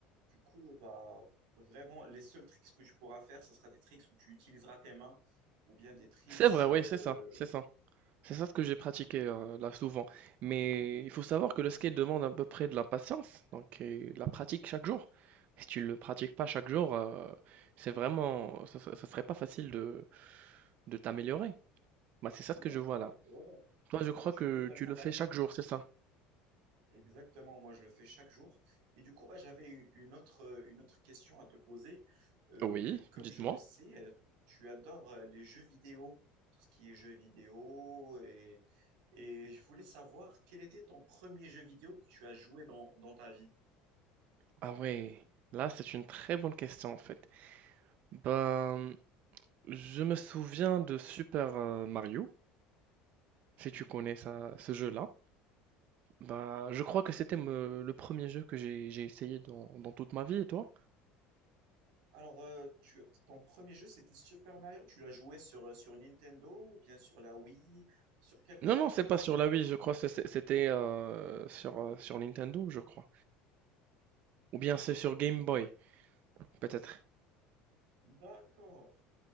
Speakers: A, on the right; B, on the right.
A: Du coup, bah, vraiment, les seuls tricks que tu pourras faire, ce sera des tricks où tu utiliseras tes mains ou bien des tricks...
B: C'est vrai,
A: euh,
B: oui, c'est ça, c'est ça. C'est ça ce que j'ai pratiqué euh, là souvent. Mais il faut savoir que le skate demande à peu près de la patience, donc et de la pratique chaque jour. Si tu le pratiques pas chaque jour, euh, c'est vraiment, ça, ça- ça serait pas facile de, de t'améliorer. Bah, c'est ça
A: D'accord,
B: ce que je vois là.
A: ouais,
B: Toi, je crois
A: ouais, je
B: que
A: suis totalement
B: tu le
A: d'accord.
B: fais chaque jour, c'est ça?
A: Exactement, moi je le fais chaque jour. Et du coup, bah, j'avais eu une autre, euh, une autre question à te poser. Euh,
B: Oui,
A: comme
B: dites-moi.
A: je le sais, euh, tu adores euh, les jeux vidéo, tout ce qui est jeux vidéo. Et, et je voulais savoir quel était ton premier jeu vidéo que tu as joué dans, dans ta vie.
B: Ah ouais, là c'est une très bonne question en fait. Ben, Je me souviens de Super euh, Mario, si
A: Mhm.
B: tu connais ça, ce jeu-là. Bah, je crois que c'était me- le premier jeu que j'ai j'ai essayé dans, dans toute ma vie, et toi?
A: Alors, euh, tu, ton premier jeu, c'était Super Mario. Tu l'as joué sur, euh, sur Nintendo ou bien sur la Wii? Sur quelle plateforme
B: Non, non, c'est
A: exactement?
B: pas sur la Wii, je crois que c'est- c'était euh, sur, euh, sur Nintendo, je crois. Ou bien c'est sur Game
A: Super.
B: Boy, peut-être.
A: D'accord,